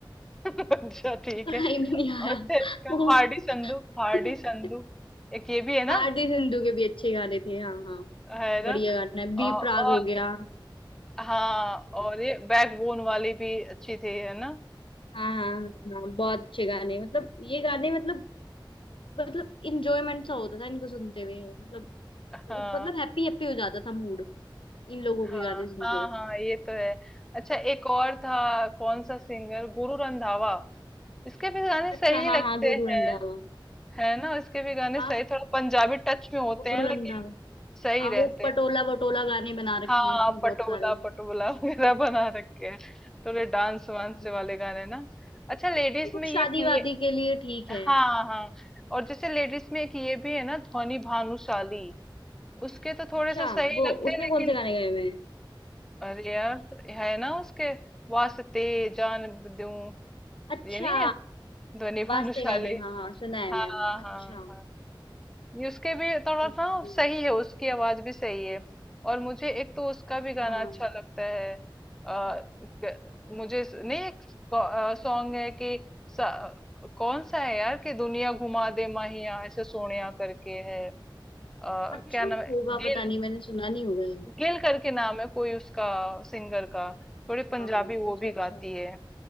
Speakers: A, in the centre; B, on the left.
A: <laughs> अच्छा ठीक
B: उसका
A: है
B: टाइम ही नहीं आया
A: अच्छा इसका
B: वो
A: हार्डी संधू हार्डी
B: <laughs>
A: संधू एक ये भी है
B: हार्दिक
A: ना
B: सिंधू के भी अच्छे गाने थे हाँ हाँ
A: है
B: बढ़िया
A: ना
B: गाना है बी
A: और,
B: प्राक
A: और
B: हो गया
A: हाँ और ये बैकबोन वाली भी अच्छी थी है ना
B: हाँ हाँ हाँ बहुत अच्छे गाने मतलब ये गाने मतलब मतलब इंजॉयमेंट सा होता था इनको सुनते हुए मतलब
A: हाँ
B: मतलब हैप्पी हैप्पी हो जाता था मूड इन लोगों
A: हाँ
B: के गाने सुन
A: हाँ
B: के
A: हाँ ये तो है अच्छा एक और था कौन सा सिंगर गुरु रंधावा इसके भी गाने
B: अच्छा
A: सही
B: हाँ
A: लगते
B: हाँ गुरु रंधावा
A: हैं है ना इसके भी गाने
B: हाँ
A: सही थोड़ा पंजाबी टच में होते
B: गुरु
A: हैं
B: रंधावा
A: लेकिन सही
B: हाँ
A: रहते
B: वो
A: हैं
B: पटोला वटोला गाने बना रखे
A: हाँ
B: हैं इसमें बहुत
A: पटोला
B: सारे
A: पटोला वगैरह बना रखे हैं थोड़े डांस वांस
B: हाँ,
A: वाले गाने ना अच्छा लेडीज
B: वो
A: में
B: शादी
A: ये कि
B: वादी
A: ये
B: के लिए ठीक
A: हाँ
B: है
A: हाँ और जैसे लेडीज में एक ये भी है ना ध्वनि भानुशाली उसके तो थोड़े
B: अच्छा
A: से सही
B: वो
A: लगते
B: उसने
A: हैं लेकिन
B: कौन से गाने गाए हुए हैं
A: अरे यार है ना उसके वास्ते जान दूं
B: अच्छा
A: ये नहीं है ध्वनि
B: वास्ते
A: भानुशाली
B: गाने हाँ हाँ सुना है
A: हाँ
B: मैंने
A: हाँ
B: अच्छा
A: ये उसके भी थोड़ा
B: ओके
A: सा सही है उसकी आवाज भी सही है और मुझे एक तो उसका भी गाना
B: हाँ
A: अच्छा लगता है आ, क- मुझे स- नहीं एक सॉन्ग है कि सा- कौन सा है यार कि दुनिया घुमा दे माहिया ऐसे सोनिया करके है आ, क्या
B: अच्छा
A: नाम है
B: होगा
A: गिल
B: पता नहीं मैंने सुना नहीं होगा यार
A: गिल करके नाम है कोई उसका सिंगर का थोड़ी
B: अच्छा
A: पंजाबी वो
B: अच्छा
A: भी
B: अच्छा
A: गाती है